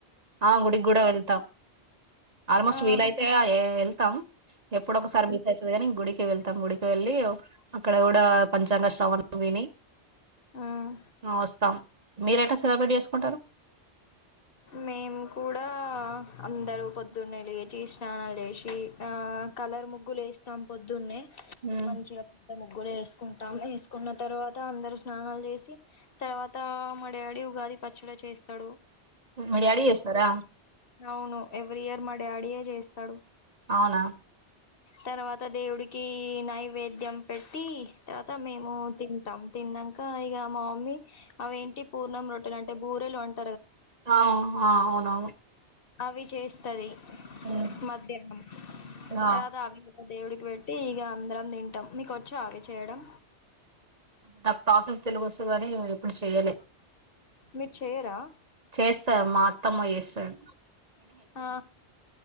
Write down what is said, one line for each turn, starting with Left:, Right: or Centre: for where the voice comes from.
Right: ఆ గుడికి కూడా వెళ్తాం ఆల్మోస్ట్
Left: ఆ
Right: వీలయితే వె తం ఎప్పుడ ఒకసారి మిస్ అవుతుంది నీ ఇ గుడికి వెళ్తు ఉత్తమ్ గుడికి వెళ్ళి అక్కడ కూడా పంచాంగ శ్రవణం విని
Left: ఆ
Right: వస్తాం మీరు ఎట్లా సెలబ్రేట్ చేసుకుంటారు
Left: మేము కూడా అందరు పొద్దున్నే లేచి స్నానాలు లేసి ఆ కలర్ ముగ్గులుేస్తాం పొద్దున్నే
Right: ఉమ్.
Left: మంచిగా పెద్ద ముగ్గుర వేసుకుంట వేసుకున్న తర్వాత అందరు స్నానాలు చేసి తర్వాత మా డాడి ఉగాది పచ్చడి చేస్త తడు
Right: మీ డాడీ చేస్తారా
Left: అవును ఎవ్రీ ఇయర్ మ డాడియే చేస్తాడు
Right: అవునా
Left: తర్వాత దేవుడికి నైవేద్యం పెట్టి తర్వాత మేము తింటాం తిన్నాక ఇక మా మమ్మీ అవిేంటి పూర్ణం రొట్టెలు అంటే బూరెలు అంట
Right: ఆ అవునవును
Left: అవి చేస్తది
Right: ఉమ్.
Left: మధ్యం
Right: ఆ
Left: తర్వాత అవి దేవుడికి పెట్టి ఇక అందరం తింటాం మీక వచ్చా ఆవి చేయడం
Right: అంటే నాకు ప్రాసెస్ తెలుసు కాని ఎప్పుడు చేయలే
Left: మీరు చేయరా
Right: చేస్తారు మా అత్తమ్మ చేస్తారు
Left: ఆ